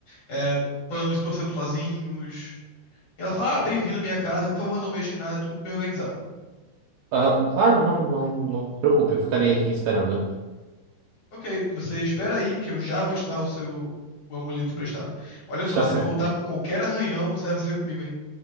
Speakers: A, on the left; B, on the right.
A: é, panos torcendo sozinhos. E ela fala, ah, bem-vindo à minha casa, por favor, não mexa em nada, é tudo muito bem organizado.
B: Ah, claro, não, não, não se preocupe, eu ficarei aqui esperando.
A: Ok, você espera aí que eu já vou te dar o seu o amuleto emprestado. Olha só,
B: Está
A: se
B: certo.
A: ele voltar com qualquer arranhão, você vai se ver comigo aí.